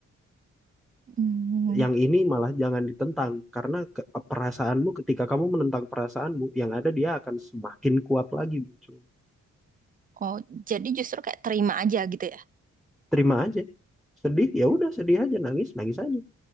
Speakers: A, on the right; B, in the centre.
A: hmm.
B: yang ini malah jangan ditentang karena ke- perasaanmu ketika kamu menentang perasaanmu yang ada dia akan semakin kuat lagi muncul
A: Oh, jadi justru kayak terima aja gitu ya.
B: terima aja sedih ya udah sedih aja nangis nangis aja